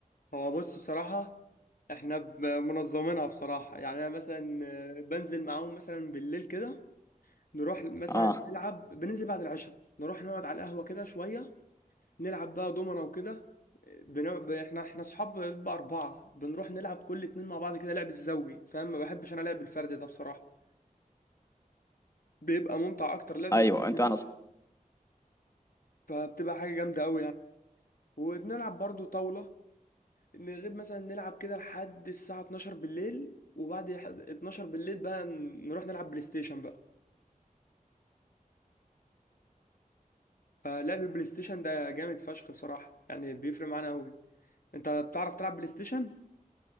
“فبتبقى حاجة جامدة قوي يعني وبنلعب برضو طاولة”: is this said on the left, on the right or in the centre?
Left